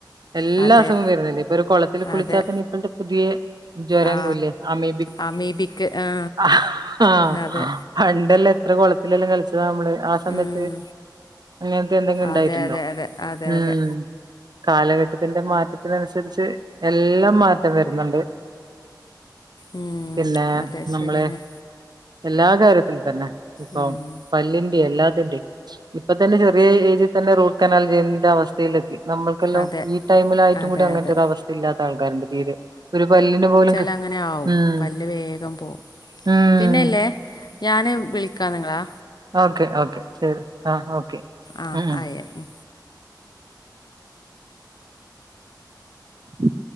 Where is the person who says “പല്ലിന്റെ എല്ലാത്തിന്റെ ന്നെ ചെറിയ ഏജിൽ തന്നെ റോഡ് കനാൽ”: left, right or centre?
Right